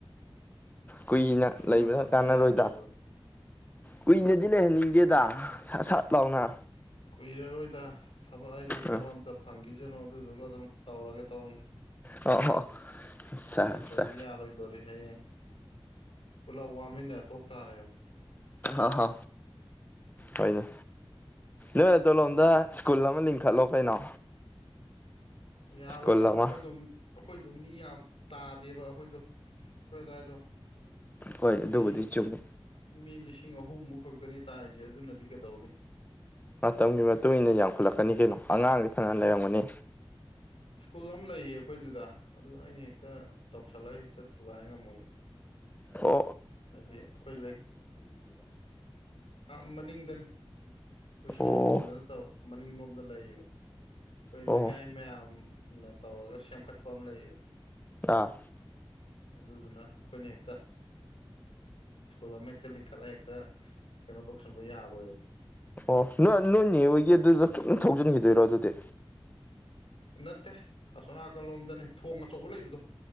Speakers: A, on the left; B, on the left.
A: ꯀꯨꯏꯅ
B: ꯍꯧꯖꯤꯛ
A: ꯂꯩꯕꯗ
B: ꯃꯇꯝꯁꯦ
A: ꯀꯥꯟꯅꯔꯣꯏꯗ
B: ꯌꯥꯗ꯭ꯔꯦꯕ
A: ꯀꯨꯏꯅꯗꯤ ꯂꯩꯍꯟꯅꯤꯡꯗꯦꯗ ꯁꯥꯠ ꯁꯠ ꯂꯥꯎꯅ
B: ꯀꯨꯏꯔꯔꯣꯏꯗ ꯊꯕꯛ ꯑꯩꯁꯨ
A: ꯑ
B: ꯊꯕꯛ ꯑꯝꯇ ꯐꯪꯈꯤꯖꯅꯨ ꯑꯗꯨꯗꯨꯒ ꯑꯗꯨꯝ ꯇꯧꯔꯒꯦ ꯇꯧꯅꯤ
A: ꯑ ꯍꯣ ꯑꯠꯆꯥ
B: ꯅꯠꯇ꯭ꯔꯗꯤ
A: ꯑꯠꯆꯥ
B: ꯌꯥꯔꯣꯏꯗꯣꯔꯤ ꯍꯌꯦꯡ ꯄꯨꯂꯞ ꯋꯥꯃꯤꯟꯅ ꯇꯣꯛ ꯇꯥꯔꯦꯕ
A: ꯑ ꯍ ꯍꯣꯏꯅꯦ ꯅꯣꯏꯗꯣꯂꯣꯝꯗ ꯁ꯭ꯀꯨꯜ ꯑꯃ ꯂꯤꯡꯈꯠꯂꯣ ꯀꯩꯅꯣ
B: ꯌꯥꯔꯣꯏꯗ
A: ꯁ꯭ꯀꯨꯜ ꯑꯃ
B: ꯑꯩꯈꯣꯏꯗꯣ ꯑꯩꯈꯣꯏꯗꯣ ꯃꯤ ꯌꯥꯝ ꯇꯥꯗꯦꯕ ꯑꯩꯈꯣꯏꯗꯣ ꯑꯩꯈꯣꯏ ꯑꯗꯨꯋꯥꯏꯗꯣ
A: ꯍꯣꯏ ꯑꯗꯨꯕꯨꯗꯤ
B: ꯃꯤ
A: ꯆꯨꯝꯃꯤ
B: ꯃꯤ ꯂꯤꯁꯤꯡ ꯑꯍꯨꯝꯃꯨꯛ ꯈꯛꯇꯅꯤ ꯇꯥꯏꯖꯦ ꯑꯗꯨꯅꯗꯤ ꯀꯩꯗꯧꯅꯤ
A: ꯃꯇꯝꯒꯤ ꯃꯇꯨꯡ ꯏꯟꯅ ꯌꯥꯝꯈꯠꯂꯛꯀꯅꯤ ꯀꯩꯅꯣ ꯑꯉꯥꯡꯗꯤ ꯐꯅ ꯂꯩꯔꯝꯒꯅꯤ
B: ꯁ꯭ꯀꯨꯜ ꯑꯃ ꯂꯩꯌꯦ ꯑꯩꯈꯣꯏ ꯑꯗꯨꯗ ꯑꯗꯨ ꯑꯩꯅ ꯍꯦꯛꯇ ꯇꯧꯁꯜꯂꯒ ꯍꯦꯛꯇ ꯊꯨꯒꯥꯏ ꯉꯝꯃꯣꯏꯌꯦ
A: ꯊꯣ
B: ꯍꯥꯏꯗꯤ ꯑꯩꯈꯣꯏ ꯂꯩ ꯍꯥ ꯃꯅꯤꯡꯗꯅꯤ ꯑꯈꯣꯏ ꯁꯣꯔꯣꯛ
A: ꯑꯣ
B: ꯂꯣꯝꯗ ꯅꯠꯇꯕ ꯃꯅꯤꯡꯂꯣꯝꯗ ꯂꯩꯌꯦꯕ ꯑꯩꯈꯣꯏ
A: ꯑꯣ
B: ꯂꯩꯀꯥꯏ ꯃꯌꯥꯝ ꯅ ꯇꯧꯔꯒ ꯁꯦꯝꯒꯠꯄ ꯑꯃ ꯂꯩꯌꯦꯕ
A: ꯑꯥ
B: ꯑꯗꯨꯗꯨꯅ ꯑꯩꯈꯣꯏꯅ ꯍꯦꯛꯇ ꯁ꯭ꯀꯨꯜ ꯑꯃ ꯍꯦꯛꯇ ꯂꯤꯡꯈꯠꯂ ꯍꯦꯛꯇ ꯀꯩꯅꯣ ꯇꯧꯁꯟꯕ ꯌꯥꯔꯣꯏꯕ
A: ꯑꯣ ꯅꯣꯏ ꯑ ꯅꯣꯏꯅꯦ ꯑꯣꯏꯒꯤꯗꯨꯗ ꯆꯨꯝ ꯊꯧꯖꯤꯟꯒꯤꯗꯣꯏꯔꯣ ꯑꯗꯨꯗꯤ
B: ꯅꯠꯇꯦ ꯑꯁꯣꯅꯥꯀꯜꯂꯣꯝꯗꯅꯤ ꯊꯣꯡ ꯑꯆꯧꯕ ꯂꯩꯕꯗꯣ